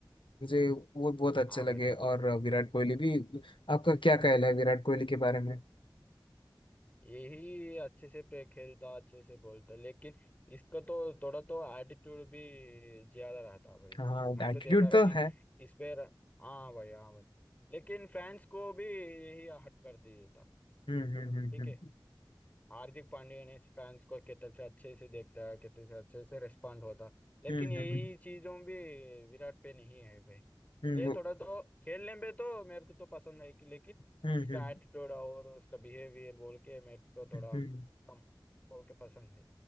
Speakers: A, on the left; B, on the left.
A: मुझे वो बहुत अच्छे
B: हाँ
A: लगे
B: भाई
A: और अ, विराट कोहली भी आपका क्या कहना है विराट कोहली के बारे में
B: यही अच्छे से प्ले खेलता अच्छे से बोलता लेकिन इसका तो थोड़ा तो एटीट्यूड भी ज्यादा रहता भाई
A: हाँ
B: मैं
A: एटीट्यूड
B: तो देखा है
A: तो
B: कि
A: है
B: इस पे हाँ भाई हाँ भाई लेकिन फैंस को भी यही हट कर दिया था
A: हम्म हम्म
B: ठीक
A: हम्म
B: है हार्दिक पांड्या ने फैंस को कितने से अच्छे से देखता है कितने से अच्छे से रिस्पॉन्ड होता लेकिन
A: हम्म
B: यही
A: हम्म
B: चीजों भी विराट पे नहीं है भाई इसलिए
A: हम्म
B: थोड़ा तो खेलने में तो मेरे को तो पसंद है कि लेकिन
A: हम्म हम्म,
B: उसका
A: हम्म,
B: एटीट्यूड और उसका बिहेवियर बोल के मेरे को थोड़ा
A: हम्म,
B: कम बोल के पसंद है